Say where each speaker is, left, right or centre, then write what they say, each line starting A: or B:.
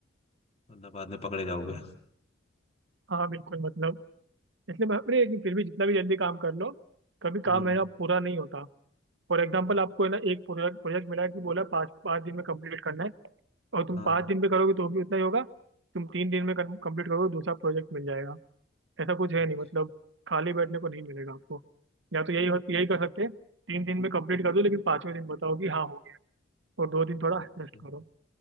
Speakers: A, on the left (about 35°); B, on the right (about 75°).
A: वरना बाद में पकड़े जाओगे
B: हाँ बिल्कुल मतलब इसलिए मैं अरे लेकिन फिर भी जितना भी जल्दी काम कर लो कभी
A: हम्म
B: काम है ना पूरा नहीं होता फॉर एग्जाम्पल
A: हाँ
B: आपको है ना एक प्रोजेक्ट प्रोजेक्ट मिला है कि बोला पाँच पाँच दिन में कंप्लीट करना है और तुम
A: हाँ
B: पाँच दिन में करोगे तो भी उतना ही होगा तुम तीन दिन में कंप्लीट करोगे दूसरा प्रोजेक्ट मिल जाएगा ऐसा कुछ है
A: अच्छा
B: नहीं मतलब खाली बैठने को नहीं मिलेगा आपको या तो यही यही कर सकते हैं तीन दिन में कंप्लीट कर दो लेकिन पांचवें दिन बताओ कि हाँ हो गया और दो दिन थोड़ा
A: अच्छा,
B: रेस्ट करो